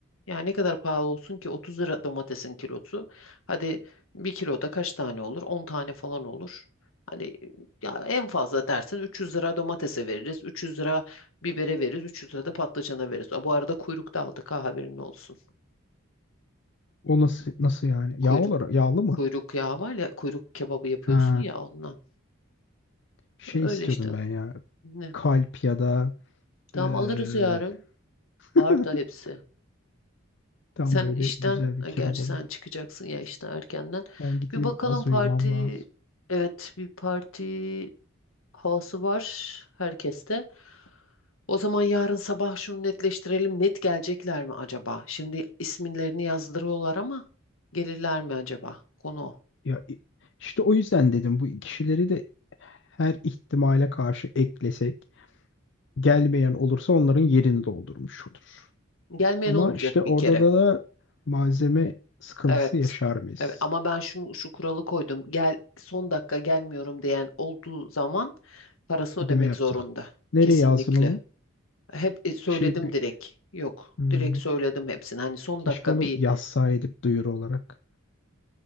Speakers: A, on the left; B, on the left.
A: Yani ne kadar pahalı olsun ki 30 lira domatesin kilosu. Hadi bir kiloda kaç tane olur? 10 tane falan olur. Hani ya en fazla dersin 300 lira domatese veririz. 300 lira bibere veririz. 300 lira da patlıcana veririz. Aa, Bu arada kuyruk da aldık ha haberin olsun.
B: O nasıl nasıl yani? Yağ
A: Kuyruk
B: olarak yağlı mı?
A: kuyruk yağı var ya kuyruk kebabı yapıyorsun
B: Ha,
A: ya ondan.
B: şey
A: Öyle
B: istiyordum
A: işte.
B: ben ya.
A: Ne?
B: Kalp ya da
A: Tamam
B: eee,
A: alırız yarın.
B: <laughs>
A: Var da hepsi.
B: tam
A: Sen
B: böyle
A: işten,
B: güzel bir
A: e,
B: kebap
A: gerçi
B: alayım.
A: sen çıkacaksın ya işten erkenden.
B: Ben gideyim
A: Bir bakalım
B: az
A: parti,
B: uyumam lazım.
A: evet bir parti havası var herkeste. O zaman yarın sabah şunu netleştirelim. Net gelecekler mi acaba? Şimdi isimlerini yazdırıyorlar ama gelirler mi acaba? Konu o.
B: Ya i- işte o yüzden dedim bu kişileri de her ihtimale karşı eklesek gelmeyen olursa onların yerini doldurmuş olur.
A: Gelmeyen
B: Ama
A: olmayacak
B: işte orada
A: bir kere.
B: da, da malzeme sıkıntısı
A: Evet.
B: yaşar mıyız?
A: Evet ama ben şunu şu kuralı koydum. Gel son dakika gelmiyorum diyen olduğu zaman parası
B: Ödeme
A: ödemek
B: yaptık.
A: zorunda.
B: Nereye
A: Kesinlikle.
B: yazdın onu?
A: Hep e, söyledim
B: Bir şey bir,
A: direkt. Yok.
B: Hmm,
A: Direkt söyledim hepsini. Hani son
B: keşke
A: dakika
B: onu
A: bir
B: yazsaydık duyuru olarak.